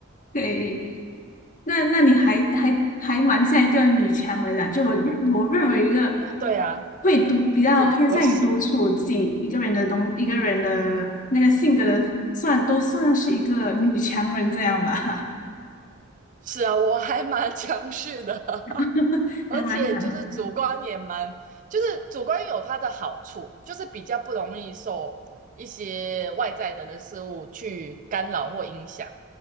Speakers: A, on the left; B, on the right.
A: 对，那那你还还还蛮像一个女强人的，就我认我认为一个
B: 哦，对啊，
A: 会独比较偏向于独处自己一个人的东一个人的那个性格的，
B: 是，我是
A: 算都算是一个女强人这样吧，
B: 是啊，我还蛮 <laughs> 强势的。
A: <laughs>
B: 而且就是主观也蛮，
A: 还蛮强势
B: 就是主观有它的好处，就是比较不容易受一些外在的人事物去干扰或影响，